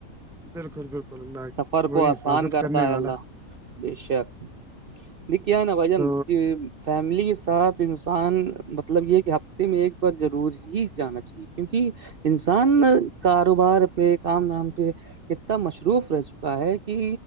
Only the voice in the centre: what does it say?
بالکل بالکل اللہ
وہی
حفاظت
کرنے
والا
تو